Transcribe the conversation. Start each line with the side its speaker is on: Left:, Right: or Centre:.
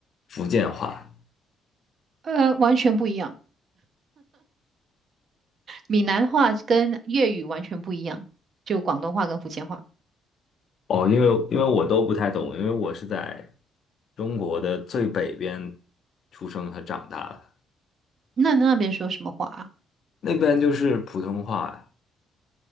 Left: 福建话
Right: 呃，完全不一样。闽南话跟粤语完全不一样，就广东话跟福建话。
Left: 哦，因为因为我都不太懂，因为我是在中国的最北边出生和长大的，
Right: 那那边说什么话啊？
Left: 那边就是普通话。